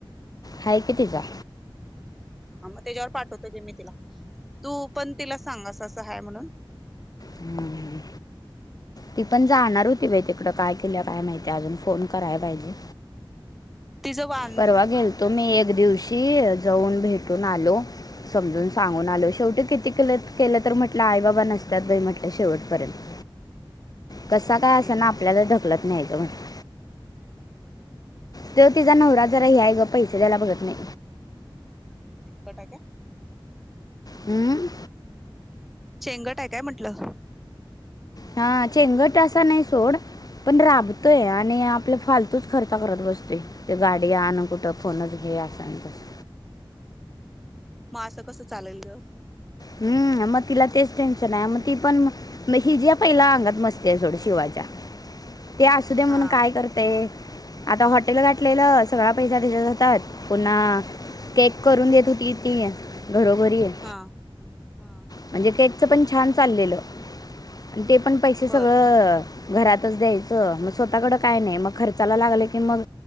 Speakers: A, on the left; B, in the centre.
A: हाय कि ति जा
B: ह मग त्याच्यावर पाठवतो गी मी तिला तू पण तिला सांगस असं हाय म्हणून
A: हम् ती पण जाणार होती बाई तिकड काय केल्या काय माहितीय अजून फोन कराय पाहिजे.
B: तिचं वा
A: परवा गेलतो मी एक दिवशी जाऊन भेटून आलो. समजून सांगून
B: हम्म.
A: आलो शेवटी किती के केलं तर म्हटलं आई बाबा नसत्यात बाई म्हटलं शेवटपर्यंत
B: <unintelligible>
A: कसा काय
B: की.
A: असंना आपल्याला ढकलत न्यायचं म्हटलं
B: <unintelligible>
A: त्योव तिचा नवरा
B: मग
A: जरा
B: काय
A: हय आहे ग पैसे द्यायला बघत नाही.
B: चिंगट आहे का?
A: हम्म
B: चेंगट आहे काय म्हटलं
A: हा चेंगट असा नाही सोड पण राबतोय
B: हम्म.
A: आणि आपल फालतूच खर्च करत बसतोय ते गाडी आण कुठं फोनच घे असं आणि तस
B: मग असं कसं चालेल ग
A: हम्म मग तिला तेच टेन्शन आहे मग ती पण म हिज्या पहिल्या अंगात मस्ती आहे सोड शिवाच्या ते असू दया म्हणून
B: हा
A: काय करत. ते आता हॉटेल गाठलेलं सगळा पैसा त्याच्यात जातात पुन्हा
B: हा
A: केक करून देत होती ती ये घरोघरी आहे.
B: हा हा
A: म्हणजे केकच पण छान चाललेलं आणि ते पण पैसे
B: बर
A: सगळं घरातच द्यायचं मग स्वतःकड काय नाही मग खर्चाला लागलं की मग